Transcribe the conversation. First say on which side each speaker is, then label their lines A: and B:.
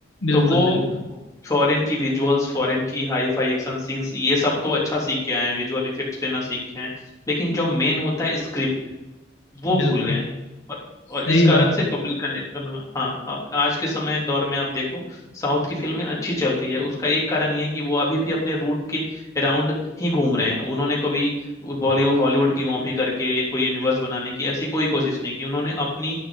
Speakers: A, on the left (about 85°); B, on the left (about 20°).
A: बिल्कुल
B: तो वो
A: बिल्कुल
B: फॉरेन की विजुअल्स फॉरेन की हाई फाई एक्शन सीन्स ये सब तो अच्छा सीख के आए हैं विजुअल इफेक्ट्स देना सीख के आए हैं लेकिन जो मेन होता है स्क्रिप्ट, वो
A: बिल्कुल
B: भूल गए हैं और और
A: सही
B: इस कारण
A: बात
B: से
A: है
B: पब्लिक कनेक्शन हाँ अब आज के समय दौर में आप देखो साउथ की फिल्में अच्छी चल रही है उसका एक कारण ये है कि वो अभी भी अपने रूट के अराउंड ही घूम रहे हैं उन्होंने कभी बॉलीवुड हॉलीवुड की कॉपी करके कोई यूनिवर्स बनाने की ऐसी कोई कोशिश नहीं की उन्होंने अपनी